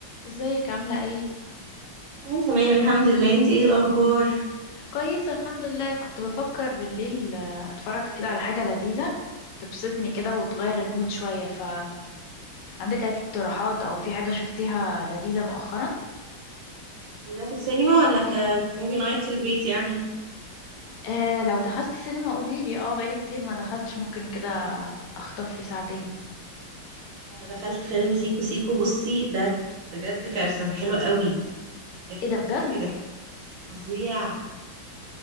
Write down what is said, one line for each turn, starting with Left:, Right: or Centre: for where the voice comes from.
Left: ازيك عاملة ايه؟
Right: أنا تمام الحمد لله انت ايه الاخبار
Left: كويس الحمد لله كنت بفكر بالليل آه، اتفرج كده على حاجة لذيذة تبسطني كده وتغير المود شوية ف عندك اي اقتراحات او في حاجة شفتيها لذيذة مؤخرا؟
Right: وده في السينما ولا كموفي نايت في البيت يعني
Left: آه لو دخلت سينما قوليلي اه بقالي كتير ما دخلتش ممكن كده اخطف لي ساعتين
Right: انا دخلت فيلم سيكو سيكو بصي ده بجد كارثة حلوة قوي ضحك
Left: ايه ده بجد؟
Right: ضحك ضحك فظيع